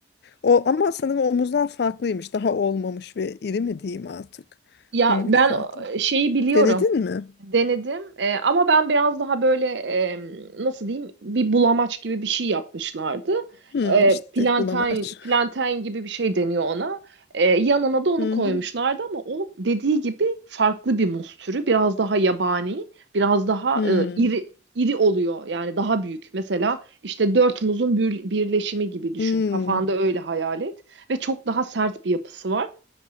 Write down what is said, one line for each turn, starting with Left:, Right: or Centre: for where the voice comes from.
Left: O ama sanırım omuzlar farklıymış. Daha olmamış ve iri mi diyeyim artık.
Right: Ya
Left: Büyük
Right: ben
Left: farklı.
Right: e, şeyi biliyorum.
Left: Denedin mi?
Right: Denedim Ee, ama ben biraz daha böyle e, nasıl diyeyim bir bulamaç gibi bir şey yapmışlardı.
Left: Hmm,
Right: Ee,
Left: işte
Right: plantain,
Left: bulamaç.
Right: plantain gibi bir şey deniyor ona. Ee, yanına da onu
Left: Hı
Right: koymuşlardı
Left: hı.
Right: ama o dediği gibi farklı bir muz türü. Biraz daha yabani, biraz daha
Left: Hmm.
Right: e, iri iri oluyor yani daha büyük. Mesela işte dört muzun bir- birleşimi gibi düşün.
Left: Hmm.
Right: Kafanda öyle hayal et ve çok daha sert bir yapısı var.